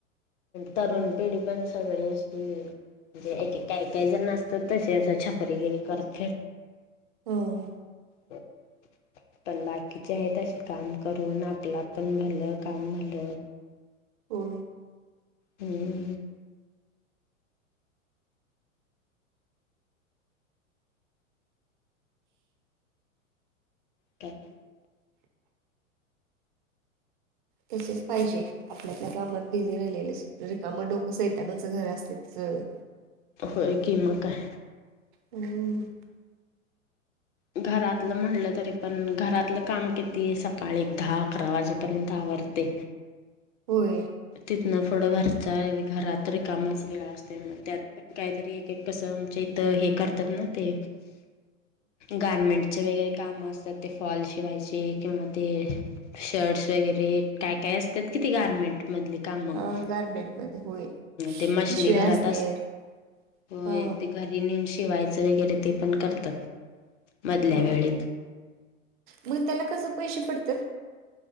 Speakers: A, on the left (about 60°); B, on the right (about 40°).
A: तरुण पिढी पण सगळी असली म्हणजे एकेक काही काही जण असतात तसे असे छपरीगिरी करत फिर
B: हो
A: ह पण बाकीचे आहेत असे काम करून आपलं पण पण भलं काम भलं
B: हो
A: हम्म ठीक
B: तसेच पाहिजे आपल्या आपल्या कामात बिझी राहिलेले काम डोकं सैतानाचं घर असते तसं
A: होय कि म काय
B: हम्म
A: घरातलं म्हणलं तरी पण घरातलं काम किती आहे सकाळी एक दहा अकरा वाजेपर्यंत आवर ते
B: होय
A: तीतन पुढं घरचा घरात रिकामाच वेळ असते म त्यात पण काहीतरी एक एक कसं आमच्या इथं हे करतात ना ते गारमेंटचे वगैरे काम असतात ते फॉल शिवायचे किंवा ते शर्ट्स वगैरे काय काय असतात कि ते गारमेंट मधले काम हम
B: हा गारमेंट मध्ये होय
A: ते मशनी
B: पिशव्या
A: घरात
B: असतेत
A: अस होय
B: हा
A: ते घरी नेऊन शिवायचं वगैरे ते पण करतात मधल्या
B: ह
A: वेळेत
B: मग त्याला कस पैसे पडतात